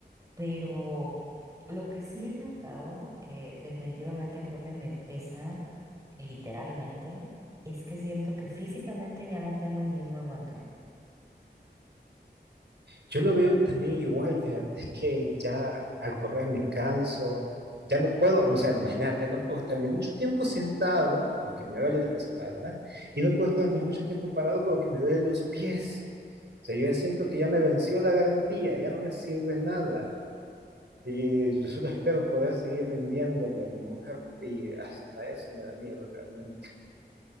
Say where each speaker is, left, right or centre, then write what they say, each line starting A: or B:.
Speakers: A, on the right; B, on the right.
A: pero lo que sí he notado, que definitivamente creo que me pesa literalmente, es que siento que físicamente ya no tengo el mismo aguante.
B: Yo lo veo también igual, fíjate, es que ya al correr me canso, ya no puedo, o sea, imagínate, no puedo estar ni mucho tiempo sentado porque me duele la espalda y no puedo estar ni mucho tiempo parado porque me duelen los pies. O sea, yo ya siento que ya me venció la garantía, ya no me sirve nada. Y yo solo espero poder seguir rindiéndole a mi mujer y hasta eso me da miedo realmente.